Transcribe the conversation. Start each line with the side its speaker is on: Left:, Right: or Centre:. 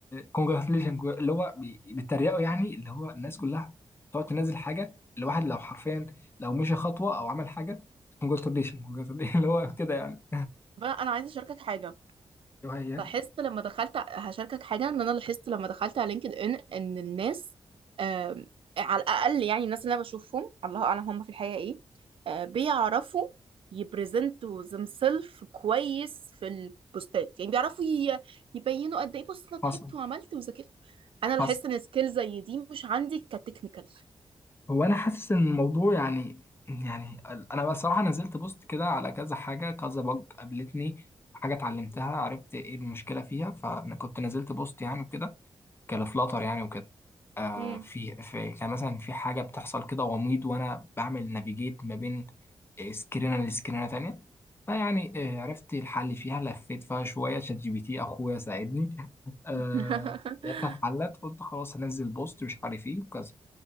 Left: كونجراتيليشن اللي هو بي- بيتريقوا يعني اللي هو الناس كلها تقعد تنزل حاجه الواحد لو حرفيا لو مشي خطوه او عمل حاجه كونجراتيليشن كونجراتيليشن <laughs> اللي هو كده يعني
Right: بقى انا عايزة اشاركك حاجة
Left: وهي
Right: لاحظت لما دخلت ع- هشاركك حاجة ان انا لاحظت لما دخلت على لينكد ان ان الناس آم، على الاقل يعني الناس اللي انا بشوفهم الله اعلم هم في الحقيقة ايه آه، بيعرفوا يبرزنتوا themselves كويس في البوستات يعني بيعرفوا ي- يبينوا قد ايه بص انا تعبت
Left: حصل
Right: وعملت وذاكرت انا
Left: حصل
Right: لاحظت ان سكيل زي دي مش عندي كتكنيكال
Left: هو انا حاسس ان الموضوع يعني يعني ال- انا بصراحه نزلت بوست كده على كذا حاجه كذا بج قابلتني حاجه اتعلمتها عرفت ايه المشكله فيها فانا كنت نزلت بوست يعني وكده كفلاتر يعني وكده آه
Right: امم
Left: في, في كان مثلا في حاجة بتحصل كده غميض وأنا بعمل نافيجيت ما بين سكرينة لسكرينة تانية فيعني آه عرفت الحل فيها لفيت فيها شوية شات جي بي تي أخويا ساعدني <laughs> آه
Right: <laughs>
Left: لقيتها اتحلت قلت خلاص هنزل بوست مش عارف ايه كذا